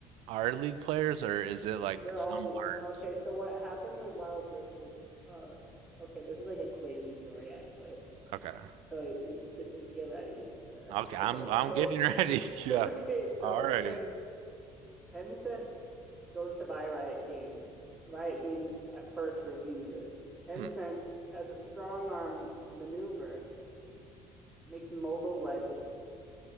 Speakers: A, on the right; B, in the centre.
A: are League players or is it like
B: They're
A: some
B: all
A: aren't?
B: okay. So what happened with Wild Rift was uh okay. This is like a crazy story actually.
A: Okay.
B: So you sit- get ready for this.
A: Okay, I'm
B: Okay,
A: I'm
B: so
A: getting ready.
B: <laughs>
A: <laughs> Yeah.
B: okay, so
A: All
B: freaking
A: right.
B: Tencent goes to buy Riot Games. Riot Games at first refuses. Tencent,
A: Hmm.
B: as a strong arm maneuver, makes Mobile Legends